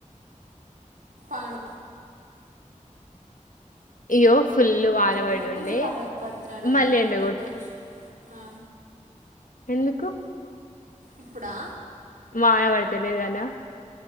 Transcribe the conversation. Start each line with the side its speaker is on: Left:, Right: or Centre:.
Right: పాండు
Left: ఇయ్యో ఫుల్ వాన పడి
Right: రోజు
Left: ఉండే
Right: బాధ పడుతున్నా నేను
Left: మళ్ళీ ఎండగొట్టు
Right: రోజు ఆ
Left: ఎందుకు?
Right: ఇప్పుడా
Left: వాన వడతలేదు అనా.